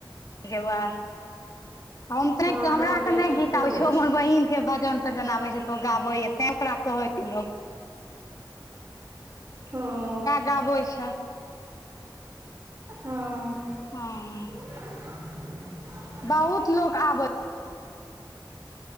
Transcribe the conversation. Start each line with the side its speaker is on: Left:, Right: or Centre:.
Left: जेबै, हम तैं
Right: हँ
Left: हमरा
Right: रवि
Left: तऽ
Right: रवि
Left: नहि
Right: के इम्हरो
Left: गीत आबै
Right: होइ
Left: छौ हमर
Right: छै
Left: बहिन। के भजन-तजन आबै छै तऽ ओ गाबैए, तैं ओकरा कहै छै लोक।
Right: हँ।
Left: गाबोइ छै।
Right: हँ।
Left: हँ।
Right: <inaudible>
Left: बहुत लोक आबै।